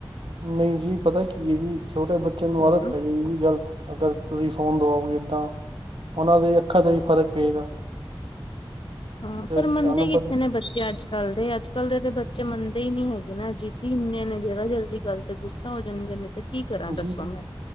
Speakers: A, on the right; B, on the left.
A: ਨਹੀਂ ਜੀ ਪਤਾ ਕੀ ਐ ਜੀ ਛੋਟੇ ਬੱਚੇ ਨੂੰ
B: ਹੂੰ।
A: ਆਦਤ ਪੈ ਜੇਗੀ ਜੀ ਗ਼ਲਤ ਅਗਰ ਤੁਸੀਂ ਫ਼ੋਨ ਦਵਾਓਗੇ ਐਦਾ ਉਹਨਾਂ ਦੇ ਅੱਖਾਂ ਤੇ ਵੀ ਫ਼ਰਕ ਪਏਗਾ
B: ਹਾਂ
A: ਫਿਰ
B: ਪਰ ਮੰਨਦੇ
A: ਤੁਹਾਨੂੰ
B: ਕਿੱਥੇ
A: ਪਤਾ
B: ਨੇ ਬੱਚੇ ਅੱਜ ਕੱਲ੍ਹ ਦੇ ਅੱਜ ਕੱਲ੍ਹ ਦੇ ਤਾਂ ਬੱਚੇ ਮੰਨਦੇ ਹੀ ਨੀ ਹੈਗੇ ਨਾ ਜਿ <unintelligible> ਜਰਾ ਜ਼ਰਾ ਜੀ ਗੱਲ ਤੇ ਗੁੱਸਾ ਹੋ ਜਾਂਦੀਆਂ ਨੇ ਤੇ ਕੀ ਕਰਾਂ ਦੱਸੋ
A: ਜੀ
B: ਮੈਂ।